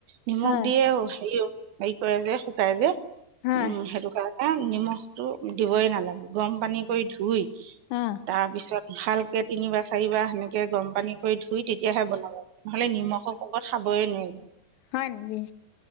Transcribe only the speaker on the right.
নিমখ
দিয়েও হেৰি হেৰি কৰে যে, শুকাই যে
উম সেইটো কাৰণে। এ নিমখটো দিবই নালাগে, গৰম পানী কৰি ধুই।
তাৰ পিছত ভালকে তিনিবাৰ, চাৰিবাৰ সেনেকে গৰম পানী কৰি ধুই, তেতিয়াহে বনাব লাগে। নহ'লে নিমখৰ কোবত খাবই নোৱাৰিম।